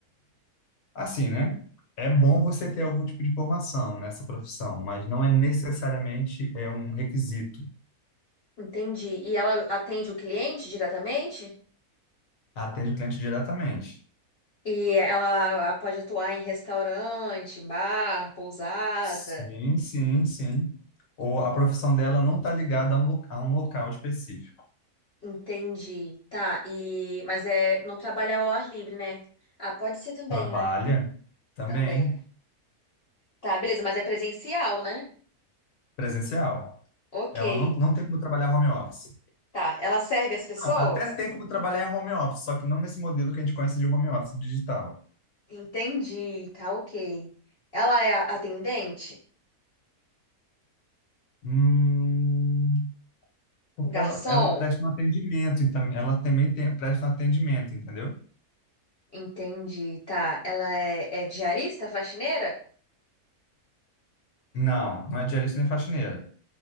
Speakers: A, on the left; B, on the left.
A: Assim, né? É bom você ter algum tipo de formação nessa profissão, mas não é necessariamente é um requisito.
B: Entendi. E ela atende o cliente diretamente?
A: Atende o cliente diretamente.
B: E ela pode atuar em restaurante, bar, pousada.
A: Sim, sim, sim. Ou a profissão dela não está ligada a um, lo- a um local específico.
B: Entendi. Tá. E mas é não trabalha ao ar livre, né? Ah, pode ser também,
A: Trabalha
B: né?
A: também
B: Também. Tá, beleza, mas é presencial, né?
A: presencial.
B: OK.
A: Ela não, não tem como trabalhar home office.
B: Tá. Ela serve as pessoas?
A: Não, até tem como trabalhar em home office, só que não nesse modelo que a gente conhece de home office digital.
B: Entendi. Tá, OK. Ela é a- atendente?
A: Hum, Porque
B: Garçom?
A: ela, ela presta um atendimento, então ela também tem, presta um atendimento, entendeu?
B: Entendi, tá. Ela é, é diarista, faxineira?
A: Não, não é diarista nem faxineira.